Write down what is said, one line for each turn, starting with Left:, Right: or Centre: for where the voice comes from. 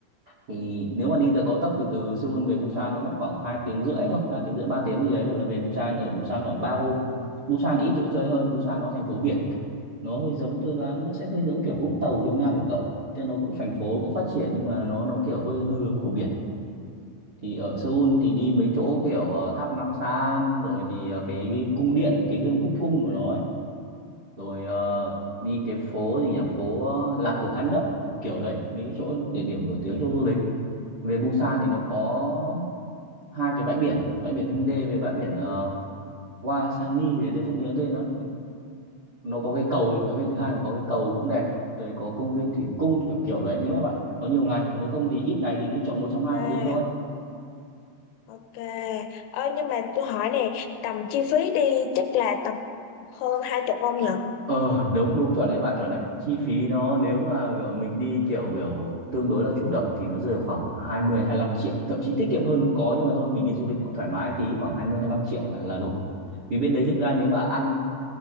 Right: thì nếu mà đi tàu cao tốc thì từ Seoul về Busan nó mất khoảng 2 tiếng rưỡi thôi 2 tiếng rưỡi 3 tiếng gì đấy thôi là về Busan ở Busan khoảng ba hôm Busan thì ít chỗ chơi hơn Busan nó thành phố biển nó hơi giống tôi đoán nó sẽ hơi giống kiểu Vũng Tàu trong Nam của cậu ấy. Tức là nó cũng thành phố cũng phát triển nhưng mà nó nó kiểu hơi, hơi hướng của biển thì ở Seoul thì đi mấy chỗ kiểu ờ, tháp Nam San rồi thì ờ, cái cung điện cái gương búc cung của nó ấy rồi ờ,
Left: ừ.
Right: đi cái phố gì nhỉ phố ờ, làng cổ Hanok kiểu, kiểu đấy mấy cái chỗ địa điểm nổi tiếng cho du lịch về Busan thì nó có
Left: Ừ.
Right: hai cái bãi biển bãi biển Hyundai với bãi biển ờ, Hwasangi đấy tôi không nhớ tên nữa nó có cái cầu ấy. bãi biển thứ hai nó có cái cầu cũng đẹp rồi có công viên thủy cung kiểu kiểu đấy nếu mà bạn có nhiều ngày còn nếu không thì ít ngày thì cứ chọn một trong hai
Left: ok
Right: mà đi thôi
Left: ok ờ nhưng mà tôi hỏi nè tầm chi phí đi chắc là tầm hơn hai chục không nhở
Right: Ờ đúng đúng chuẩn đấy bà chuẩn đấy chi phí nó nếu mà kiểu mình đi kiểu kiểu tương đối là chủ động thì nó rơi khoảng 20 lăm triệu thậm chí tiết kiệm hơn cũng có nhưng mà thôi mình đi du lịch nó thoải mái tí khoảng 20 lăm triệu là là đủ vì bên đấy thực ra nếu mà ăn